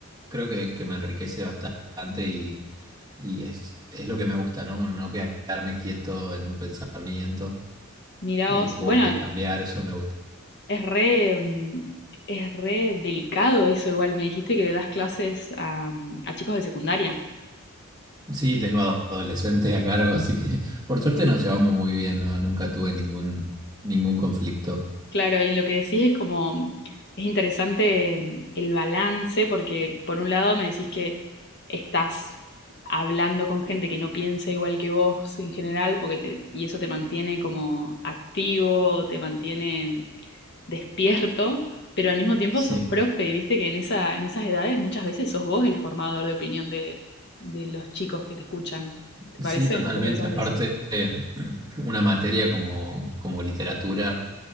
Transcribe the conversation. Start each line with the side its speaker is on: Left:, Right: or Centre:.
Right: creo que, que me enriquece bastante y, y es, es lo que me gusta, ¿no? Con no quedarme quieto en un pensamiento
Left: Miraos,
Right: y-
Left: bueno,
Right: o intercambiar, eso me gusta.
Left: Es re, mm, es re delicado eso, igual me dijiste que le das clases a, mm, a chicos de secundaria.
Right: Sí, tengo adolescentes a cargo, así que <laughs> por suerte nos llevamos muy bien, ¿no? Nunca tuve ningún, ningún conflicto.
Left: Claro, y lo que decís es como, mm, es interesante mm, el balance, porque por un lado me decís que estás hablando con gente que no piensa igual que vos en general, porque te- y eso te mantiene como activo, te mantiene despierto, pero al mismo tiempo
Right: Sí,
Left: sos profe, y viste que en esa, en esas edades muchas veces sos vos el formador de opinión de, de los chicos que te escuchan. ¿Te
Right: sí,
Left: parece?
Right: totalmente.
Left: ¿O qué pensás
Right: Aparte,
Left: de eso?
Right: eh, <clears throat> una materia como, como literatura,